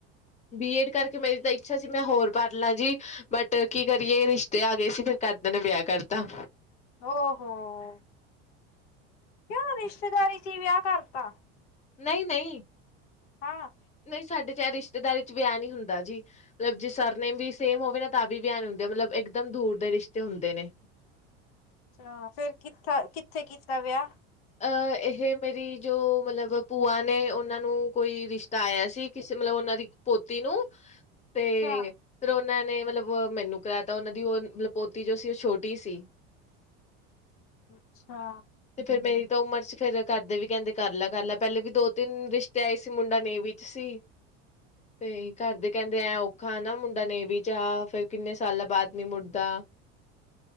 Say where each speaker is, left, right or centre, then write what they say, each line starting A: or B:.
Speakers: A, on the left; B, on the left.
A: ਬੀਏਡ ਕਰਕੇ ਮੇਰੀ ਤਾਂ ਇੱਛਾ ਸੀ ਮੈਂ ਹੋਰ ਪੜ੍ਹ ਲਾਂ ਜੀ ਬਟ ਕੀ ਕਰੀਏ ਰਿਸ਼ਤੇ ਆ ਗਏ ਸੀ ਫਿਰ ਘਰ ਦਿਆਂ ਨੇ ਵਿਆਹ ਕਰਤਾ।
B: ਓਹੋ ਕਿਉਂ ਰਿਸ਼ਤੇਦਾਰੀ ਚ ਵਿਆਹ ਕਰਤਾ।
A: ਨਹੀਂ ਨਹੀਂ
B: ਹਾਂ
A: ਨਹੀਂ ਸਾਡੇ ਚ ਏ ਰਿਸ਼ਤੇਦਾਰੀ ਚ ਵਿਆਹ ਨਹੀਂ ਹੁੰਦਾ ਜੀ ਮਤਲਬ ਜੇ ਸਰ ਨੇਮ ਵੀ ਸੇਮ ਹੋਵੇ ਨਾ ਤਾਂ ਵੀ ਵਿਆਹ ਨਹੀਂ ਹੁੰਦਾ। ਮਤਲਬ ਇਕ ਦਮ ਦੂਰ ਦੇ ਰਿਸ਼ਤੇ ਹੁੰਦੇ ਨੇ।
B: ਅੱਛਾ ਫਿਰ ਕਿੱਥਾ ਕਿੱਥੇ ਕੀਤਾ ਵਿਆਹ?
A: ਅਹ ਇਹ ਮੇਰੀ ਜੋ ਮਤਲਬ ਭੂਆ ਨੇ ਉਹਨਾਂ ਨੂੰ ਕੋਈ ਰਿਸ਼ਤਾ ਆਇਆ ਸੀ ਕਿਸੇ ਮਤਲਬ ਉਹਨਾਂ ਦੀ ਪੋਤੀ ਨੂੰ ਤੇ
B: ਅੱਛਾ
A: ਫਿਰ ਉਹ ਉਹਨਾਂ ਨੇ ਮਤਲਬ ਮੈਨੂੰ ਕਰਾਇਆ ਤਾ ਉਹਨਾਂ ਦੀ ਉਹ ਮਤਲਬ ਪੋਤੀ ਜੋ ਸੀ ਉਹ ਛੋਟੀ ਸੀ।
B: ਅੱਛਾ
A: ਤੇ ਫੇਰ ਮੇਰੀ ਉਮਰ ਚ ਫੇਰ ਘਰਦੇ ਵੀ ਕਹਿੰਦੇ ਕਰ ਲੈ ਕਰਲੈ ਪਹਿਲੇ ਵੀ ਦੋ ਤਿੰਨ ਰਿਸ਼ਤੇ ਆਏ ਸੀ ਮੁੰਡਾ ਨੇਵੀ ਚ ਸੀ। ਤੇ ਘਰਦੇ ਕਹਿੰਦੇ ਐ ਔਖਾ ਨਾ ਮੁੰਡਾ ਨੇਵੀ ਚ ਆ ਫੇਰ ਕਿੰਨੇ ਸਾਲਾਂ ਬਾਅਦ ਨੀ ਮੁੜਦਾ